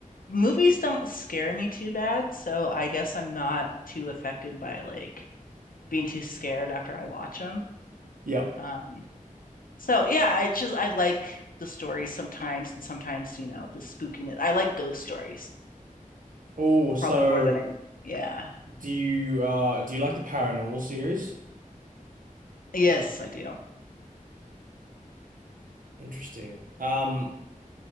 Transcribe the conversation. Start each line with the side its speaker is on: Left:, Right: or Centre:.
Left: movies don't scare me too bad, so I guess I'm not too affected by like being too scared after I watch them.
Right: Yeah.
Left: Um, So yeah, I just I like the stories sometimes and sometimes, you know, the spookiness. I like ghost stories
Right: Oh, so
Left: probably more than any. Yeah.
Right: do you uh do you like the paranormal series?
Left: Yes, I do.
Right: Interesting. Um,